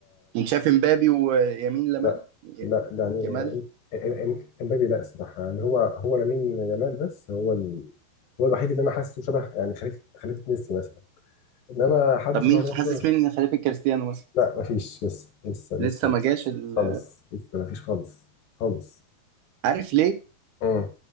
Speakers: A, on the right; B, on the left.
A: انت شايف مبابي ويمين لمال
B: لا
A: ي-
B: لا ده يعني
A: جمال
B: إم- إم- امبابي لا الصراحه يعني هو هو لامين يامال بس هو ال... هو الوحيد اللي انا حاسه شبه يعني خليفه خليفه ميسي مثلا انما حد
A: طب
B: شبه
A: مين
B: رونالدو
A: حاسس
B: أنا مش-
A: مين إن خليفه كريستيانو مثلا
B: لا مفيش لسه لسه لسه
A: لسه
B: لسه
A: ما جاش ال...
B: خالص لسه مفيش خالص خالص
A: عارف ليه
B: امم